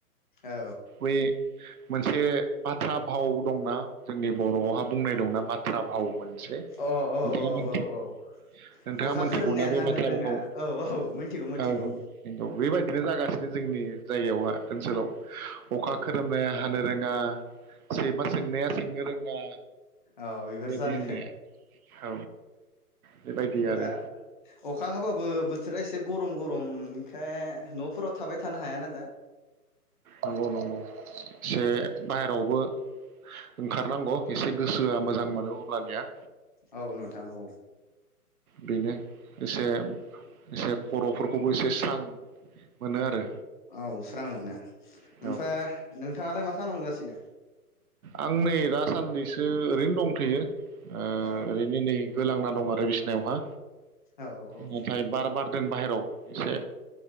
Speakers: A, on the left; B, on the right.
A: औ
B: बै मोनसे बाथ्रा भाव दंना जोंनि बर'आवहा बुंनाय दंना बाथ्रा भाव मोनसे नोंथाङा
A: औ औ
B: मोनथि
A: औ औ
B: नोंथाङा
A: औ अखा
B: मोनथिगौना
A: खोरोमनाया
B: बे
A: हानो
B: बाथ्रा
A: रोङा
B: भावखौ
A: औ औ मिथिगौ मिथिगौ
B: औ नंगौ बेबायदिनो जागासिनो जोंनि जायगायावहा ओनसोलाव अखा
A: औ
B: खोरोमनाया हानो रोङा सैमा सोंनाया सोंनो रोङा
A: औ बेफोर
B: बेबायदि
A: जानो
B: होननाया औ बेबायदि आरो
A: दा अखा हाबाबो ओ बोथोरा एसे गरम गरम <unintelligible> न'फोराव थाबाय थानो हायाना दा
B: नंगौ नंगौ से बाहेरावबो ओंखारनांगौ एसे गोसोआ मोजां मोनो अब्लानिया
A: औ नोंथां औ
B: बेनो एसे एसे खर'फोरखौबो एसे स्रां मोनो आरो
A: औ स्रां मोनो
B: ओम
A: ओमफ्राय नोंथाङालाय मा खालामगासिनो
B: आं नै दासाननैसो ओरैनो दंथयो ओ
A: औ
B: ओरैनो नै गोलांना दं आरो बिसनायावहा
A: औ औ
B: नाथाय बार बारदों <unintelligible> एसे